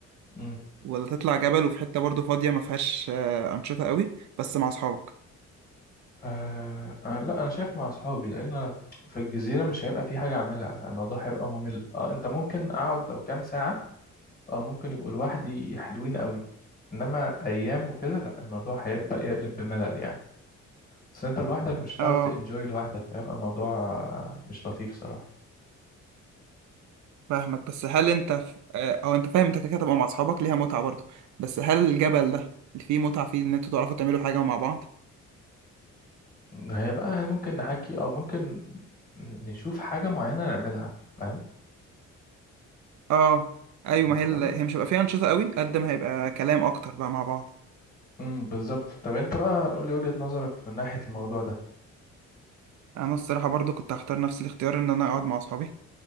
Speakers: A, on the left; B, on the right.
A: مم.
B: ولا تطلع جبل وفي حتة برضو فاضية ما فيهاش آه، أنشطة قوي بس مع أصحابك
A: آه آه، لا أنا شايف مع أصحابي لأن أنا في الجزيرة مش هيبقى في حاجة أعملها الموضوع هيبقى ممل أه أنت ممكن أقعد لو كام ساعة اه ممكن يبقوا لوحدي حلوين قوي انما ايام وكده لا الموضوع هيبدأ يقلب بملل يعني بس انت لوحدك مش هتعرف
B: اه
A: تنجوي لوحدك فيبقى الموضوع مش لطيف صراحة
B: فاهمك بس هل أنت ف... آه، أو أنت فاهم أنت كده كده تبقى مع أصحابك ليها متعة برضو بس هل الجبل ده اللي فيه متعة فيه إن أنتوا تعرفوا تعملوا حاجة مع بعض
A: هيبقى ممكن نحكي او ممكن ن- نشوف حاجة معينة نعملها فاهم
B: اه أيوة
A: مثلا
B: ما هي ال... هي مش هيبقى فيها أنشطة قوي قد ما هيبقى كلام أكتر بقى مع بعض
A: امم بالظبط طب انت بقى قول لي وجهة نظرك من ناحية الموضوع ده
B: أنا الصراحة برضو كنت هختار نفس الاختيار إن أنا أقعد مع أصحابي